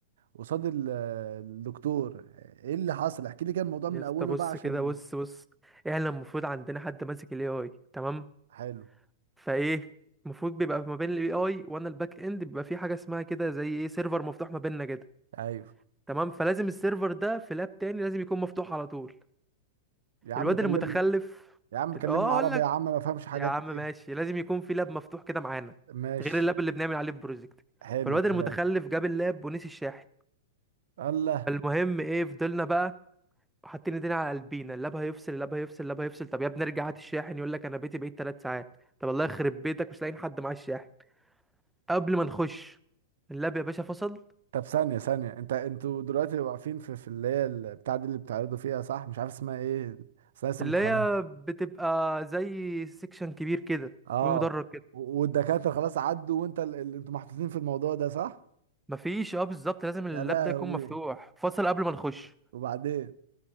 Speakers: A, on the right; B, in the centre.
A: قصاد ال- الدكتور ايه اللي حصل احكي لي كده الموضوع
B: يا
A: من
B: اسطى
A: اوله
B: بص
A: بقى عشان
B: كده بص بص احنا المفروض عندنا حد ماسك الاي اي تمام
A: حلو
B: فايه المفروض بيبقى ما بين الاي اي وانا الباك اند بيبقى في حاجه اسمها كده زي ايه سيرفر مفتوح ما بيننا كده
A: ايوه
B: تمام فلازم السيرفر ده في لاب تاني لازم يكون مفتوح على طول
A: يا عم
B: الواد
A: كلمني
B: اللي متخلف
A: يا عم
B: ال-
A: كلمني
B: اه
A: عربي
B: اقول لك
A: يا عم ما فهمش حاجات
B: يا عم
A: ليه
B: ماشي لازم يكون في لاب مفتوح كده معانا
A: ماشي
B: غير اللاب اللي بنعمل عليه البروجكت
A: حلو
B: فالواد
A: الكلام
B: المتخلف جاب اللاب ونسي الشاحن
A: الله
B: فالمهم ايه فضلنا بقى حاطين ايدينا على قلبينا اللاب هيفصل اللاب هيفصل اللاب هيفصل طب يا ابني ارجع هات الشاحن يقول لك انا بيتي بعيد ثلاث ساعات طب الله يخرب بيتك مش لاقيين حد معاه الشاحن قبل ما نخش اللاب يا باشا فصل
A: طب ثانية ثانية انت انتوا دلوقتي واقفين في في اللي هي البتاع دي اللي بتعرضوا فيها صح مش عارف اسمها ايه بس أنا لسه
B: اللي
A: متخرج
B: هي بتبقى زي سيكشن كبير كده
A: اه
B: في مدرج كده
A: و- والدكاترة خلاص عدوا وانت ال- اللي انتوا محطوطين في الموضوع ده صح
B: مفيش اه بالظبط لازم اللاب
A: يا لهوي
B: ده يكون مفتوح فصل قبل ما نخش
A: وبعدين